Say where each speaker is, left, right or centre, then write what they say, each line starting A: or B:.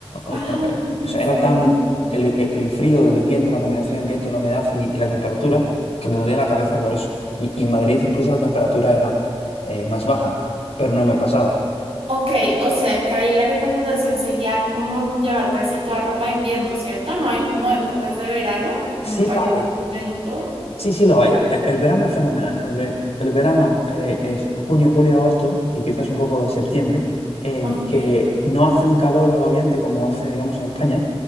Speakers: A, on the left; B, on the right.
A: eh,
B: Ah,
A: eh, o
B: en
A: sea,
B: serio.
A: era tan... El, e, el frío del viento, la combinación del viento, la humedad y y la temperatura, que me dolía la cabeza por eso. Y, y en Madrid incluso la temperatura era eh, más baja, pero no me pasaba.
B: Ok, o sea que ahí la recomendación sería como llevar casi toda ropa de invierno, ¿cierto? No hay como épocas de verano, como
A: Sí
B: para
A: la
B: llevar
A: hay,
B: aisladito.
A: Sí, sí lo hay. E- El verano es fenomenal, porque el verano eh, es junio, julio, agosto y quizás un poco de septiembre, eh,
B: Ok.
A: que no hace un calor agobiante como lo hace, digamos, en España,